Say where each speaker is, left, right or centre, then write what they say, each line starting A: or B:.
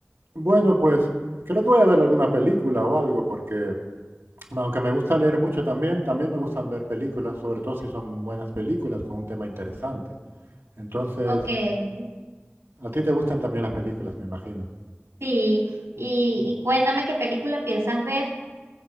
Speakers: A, on the right (about 65°); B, on the right (about 85°).
A: Bueno, pues creo que voy a ver alguna película o algo, porque aunque me gusta leer mucho también, también me gustan ver películas, sobre todo si son buenas películas con un tema interesante. Entonces,
B: Ok, sí,
A: a ti te gustan también las películas, me imagino.
B: y, y cuéntame qué película piensas ver.